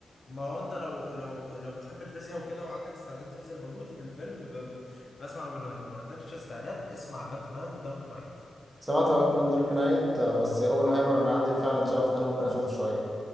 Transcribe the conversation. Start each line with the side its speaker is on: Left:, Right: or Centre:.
Left: ما هو انت لو لو لو بتحب الفيزياء وكده وعندك استعداد تبذل مجهود في الفيلم فب... فاسمع اوبنهايمر ما عندكش استعداد اسمع باتمان دارك نايت
Right: سمعت وقت من دارك نايت آه بس اوبنهايمر انا عندي فعلا شغف ان انا ممكن اشوفه شوية